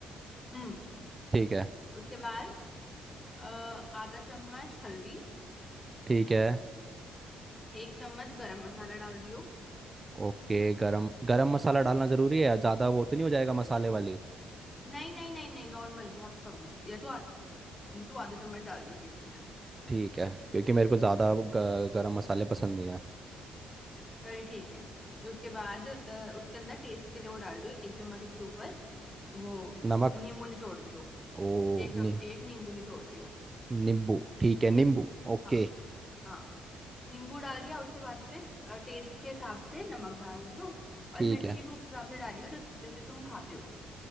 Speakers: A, on the left; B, on the right.
A: हम्म
B: ठीक है
A: उसके बाद अ, आधा चम्मच हल्दी
B: ठीक है
A: एक चम्मच गरम मसाला डाल दियो
B: ओके गरम गरम मसाला डालना ज़रूरी है ज़्यादा वो तो नहीं हो जाएगा मसाले वाली
A: नहीं नहीं नहीं नहीं नॉर्मल बहुत कम या तो आ, तू आधा चम्मच डाल दियो टेस्ट के
B: ठीक है क्योंकि मेरे को ज़्यादा ग- गरम मसाले पसंद नहीं है
A: चल ठीक है तो उसके बाद अ, उसके अंदर टेस्ट के लिए वो डाल दियो एक चम्मच उसके ऊपर वो
B: नमक
A: नींबू निचोड़ दियो
B: ओ
A: एक चम
B: नि,
A: एक नींबू निचोड़ दियो
B: नींबू ठीक है नींबू ओके
A: हाँ हाँ नींबू डाल दिया उसके बाद फिर टेस्ट के हिसाब से नमक डाल दियो
B: ठीक
A: और मिर्ची
B: है
A: भी उस हिसाब से डालियो जो जैसे तुम खाते हो